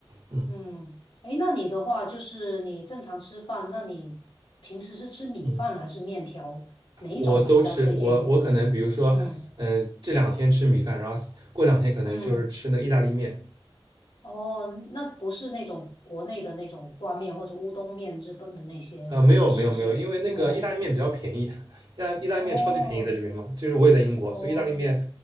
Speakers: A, on the right (about 55°); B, on the left (about 60°).
A: 嗯
B: 嗯，诶，那你的话就是你正常吃饭，那你平时是吃米饭还是面条？
A: 嗯，
B: 哪一种你比较推荐一点？
A: 我都吃，我我可能比如说，
B: 嗯
A: 嗯、这两天吃米饭，然后过两天可能就是吃那个意大利面，
B: 嗯，哦，那不是那种国内的那种挂面或者乌冬面，日本的那些不是是吧？
A: 啊、没有没有没有，因为那个意大利面比较便宜，
B: 嗯，
A: 意大意大利面超级便宜在这边嘛，
B: 哦
A: 就是我也在英国，
B: 哦，
A: 所以意大利面